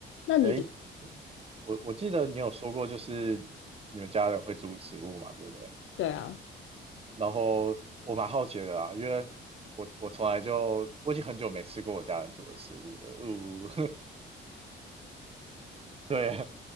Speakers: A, on the left; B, on the right.
A: 那你的，
B: 哎，我我记得你有说过，就是你们家人会煮食物嘛，对不对？
A: 对啊，
B: 然后我蛮好奇的啊，因为我我从来就我已经很久没吃过我家人煮的食物了，呜、<laughs> 对啊，